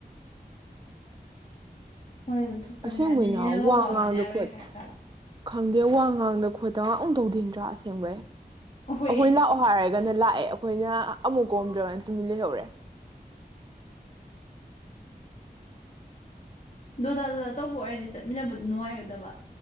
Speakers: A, on the left (about 50°); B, on the right (about 30°).
A: ꯃꯔꯣꯟ ꯊꯣꯛꯇꯕꯩ
B: ꯑꯁꯦꯡꯕꯩꯅ
A: ꯇꯥꯢꯞꯇ ꯅꯦꯅꯒ ꯋꯥ
B: ꯉꯥꯡꯗ
A: ꯉꯥꯡ ꯌꯥꯔꯣꯏ
B: ꯈꯣꯠ
A: ꯍꯥꯏꯔꯛꯆꯥꯠꯂ
B: ꯈꯪꯗꯦ ꯋꯥ ꯉꯥꯡꯗ ꯈꯣꯠꯇ ꯑꯝ ꯇꯧꯗꯦ ꯑꯁꯦꯡꯕꯩ
A: ꯍꯣꯏꯌꯦ
B: ꯑꯩꯈꯣꯏ ꯂꯥꯛꯑꯣ ꯍꯥꯏꯔꯒ ꯒꯅ ꯂꯥꯛꯑꯦ ꯑꯩꯈꯣꯏꯅ ꯑꯃꯨꯛ ꯀꯣꯝꯗ꯭ꯔꯒꯅ ꯇꯨꯃꯤꯟ ꯂꯩꯍꯧꯔꯦ
A: ꯗꯨꯗꯥ ꯗꯨꯗꯥ ꯇꯧꯕ ꯑꯣꯏꯔꯗꯤ ꯆꯠꯃꯤꯟꯅꯕꯗꯨ ꯅꯨꯡꯉꯥꯏꯒꯗꯕ